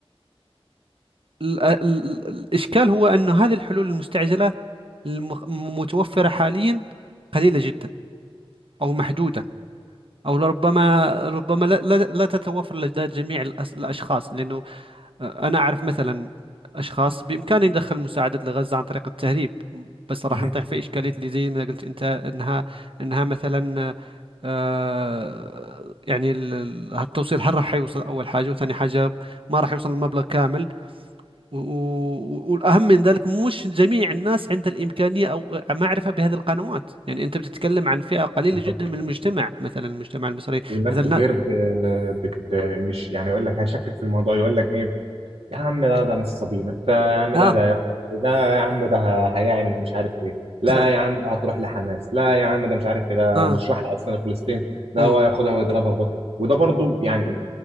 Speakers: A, on the right; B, on the right.
A: ال- ال- الإشكال هو أن هذه الحلول المستعجلة المتوفرة حاليا قليلة جدا أو محدودة أو لربما ربما لا, لا, لا تتوفر لدى جميع الأس- الأشخاص لأنه آه، أنا أعرف مثلا أشخاص بإمكاني ندخل مساعدات لغزة عن طريق التهريب بس راح
B: مهم.
A: نطيح في إشكالية اللي زي ما قلت أنت أنها أنها مثلا آه، يعني ال- ال- التوصيل هل راح يوصل أول حاجة وثاني حاجة ما راح يوصل المبلغ كامل و- و- والأهم من ذلك مش جميع الناس عندها الإمكانية أو معرفة بهذه القنوات يعني أنت بتتكلم عن فئة قليلة
B: بالظبط
A: جدا من المجتمع مثلا المجتمع المصري
B: والناس
A: مثلا
B: كتير
A: نا-
B: ب- بت مش يعني يقول لك هيشكك في الموضوع يقول لك ايه يا عم لا ده نصابين انت يا عم
A: آه
B: لا ده هياخد ده يا عم ده ه- هيعمل مش عارف ايه لا
A: صحيح
B: يا عم ده هتروح لحماس لا يا عم ده مش عارف ايه ده
A: آه
B: مش راح اصلا لفلسطين ده
A: مم.
B: هو هياخدها ويضربها في بطن وده برضو يعني